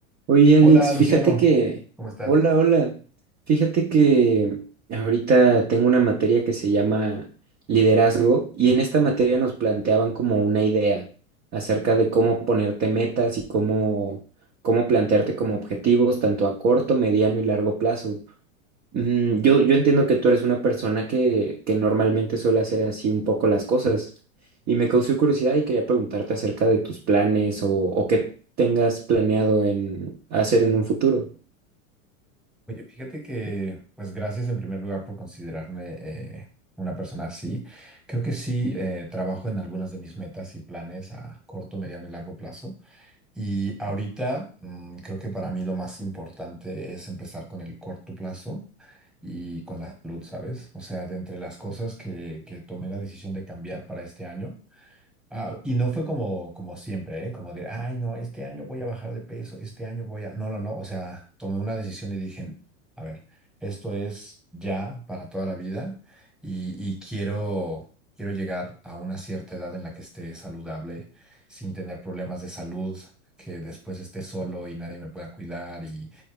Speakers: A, on the right; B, in the centre.
A: Oye,
B: Hola
A: Alex,
B: Luciano,
A: fíjate que,
B: ¿cómo estás?
A: hola, hola, fíjate que ahorita tengo una materia que se llama liderazgo y en esta materia nos planteaban como una idea acerca de cómo ponerte metas y cómo, cómo plantearte como objetivos tanto a corto, mediano y largo plazo. Mm, Yo, yo entiendo que tú eres una persona que, que normalmente suele hacer así un poco las cosas y me causó curiosidad y quería preguntarte acerca de tus planes o, o qué tengas planeado en hacer en un futuro.
B: Oye, fíjate que, pues gracias en primer lugar por considerarme eh, una persona así. Creo que sí, eh, trabajo en algunas de mis metas y planes a corto, mediano y largo plazo. Y ahorita mm, creo que para mí lo más importante es empezar con el corto plazo y con la salud, ¿sabes? O sea, de entre las cosas que, que tomé la decisión de cambiar para este año. Ah, y no fue como, como siempre, ¿eh? Como de, ay, no, este año voy a bajar de peso, este año voy a... No, no, no, o sea, tomé una decisión y dije, a ver, esto es ya para toda la vida y, y quiero, quiero llegar a una cierta edad en la que esté saludable, sin tener problemas de salud, que después esté solo y nadie me pueda cuidar y